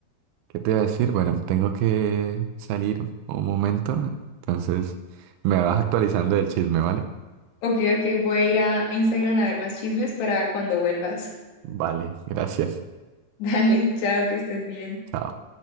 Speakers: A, on the right (about 80°); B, on the left (about 80°).
A: ¿qué te iba a decir? Bueno, tengo que salir un momento, entonces me vas actualizando del chisme, ¿vale?
B: Ok, ok, voy a ir a a Instagram a ver más chismes para cuando vuelvas.
A: Vale, gracias.
B: <laughs> Dale, chao, que estés bien.
A: Chao.